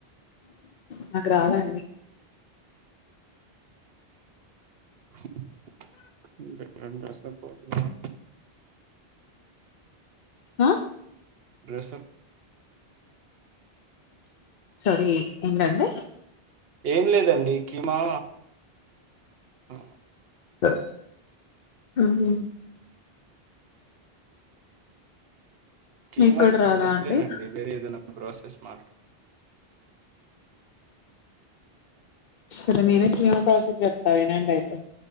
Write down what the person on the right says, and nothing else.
<unintelligible>
డ్రెస్అప్
ఏం లేదండి కీమా ఆ
కీమా
ఇప్పుడు
చెప్పలేనండి
వేరే ఏదైనా ప్రాసెస్ మా